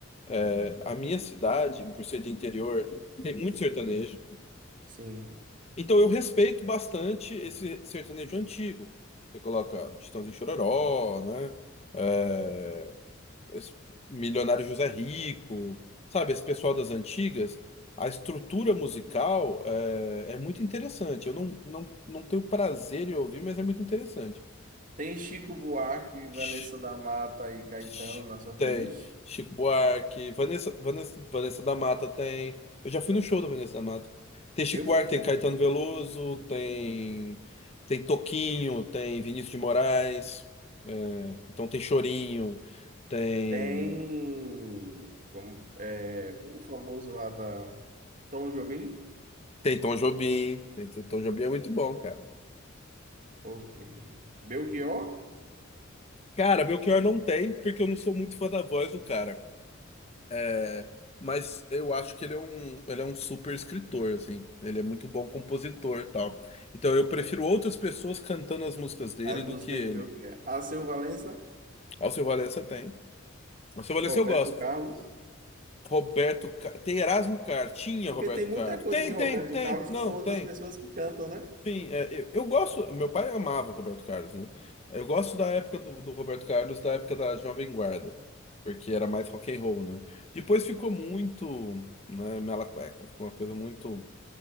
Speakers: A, on the left; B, on the right.
A: É, a minha cidade, por ser de interior, tem muito sertanejo.
B: Sim.
A: Então eu respeito bastante esse sertanejo antigo. Você coloca Chitãozinho e Chororó, né? É, esse milionário José Rico, sabe, esse pessoal das antigas, a estrutura musical é, é muito interessante. Eu não, não, não tenho prazer em ouvir, mas é muito interessante.
B: Tem Chico Buarque, Vanessa
A: Ch-
B: da Mata e Caetano
A: ch-
B: na sua
A: Tem
B: playlist?
A: Chico Buarque, Vanessa, Vanessa, Vanessa da Mata tem. Eu já fui no show da Vanessa da Mata. Tem Chico
B: Eu fui
A: Buarque, tem
B: também.
A: Caetano Veloso, tem, tem Toquinho, tem Vinícius de Moraes, é, então tem Chorinho. Tem
B: Tem como, é, o famoso lá da Tom Jobim?
A: Tem Tom Jobim. Tem Tom Jobim é muito bom, cara.
B: Ok. Belchior?
A: Cara, Belchior não tem, porque eu não sou muito fã da voz do cara. É, mas eu acho que ele é um, ele é um super escritor, assim. Ele é muito bom compositor e tal. Então eu prefiro outras pessoas cantando as músicas dele
B: As músicas
A: do que ele.
B: de Belchior. Alceu Valença,
A: Alceu Valença tem. Alceu Valença
B: Roberto
A: eu gosto.
B: Carlos.
A: Roberto... Car- Tem Erasmo Carr. Tinha
B: Porque
A: Roberto
B: tem muita
A: Carlos.
B: coisa
A: Tem,
B: de Roberto
A: tem, tem.
B: Carlos
A: Não,
B: que são outras
A: tem.
B: pessoas que cantam, né?
A: Sim, é, eu, eu gosto. Meu pai amava Roberto Carlos, né? Eu gosto da época do, do Roberto Carlos, da época da Jovem Guarda, porque era mais rock and roll, né? Depois ficou muito, né, mela cueca, ficou uma coisa muito.